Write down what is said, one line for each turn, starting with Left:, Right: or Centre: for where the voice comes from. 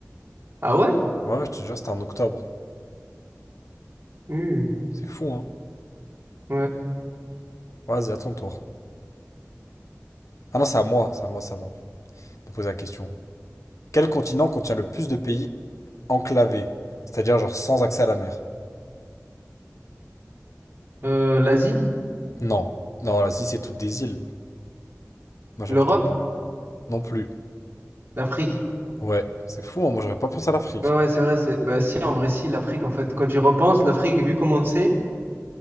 Right: Ah ouais?
Left: Ouais, je te jure, c'était en octobre.
Right: Hmm,
Left: C'est fou, hein.
Right: ouais.
Left: Vas-y, à ton tour. Ah non, c'est à moi, c'est à moi, c'est à moi. De poser la question. Quel continent contient le plus de pays enclavés? C'est-à-dire, genre, sans accès à la mer.
Right: Euh, l'Asie,
Left: Non. Non, l'Asie, c'est toutes des îles. Majorité.
Right: l'Europe,
Left: Non plus.
Right: l'Afrique.
Left: Ouais, c'est fou, hein. Moi, j'aurais pas pensé à l'Afrique.
Right: Ouais, ouais, c'est vrai. C'est... Bah, si, en vrai, si, l'Afrique, en fait, quand j'y repense, l'Afrique, vu comment c'est,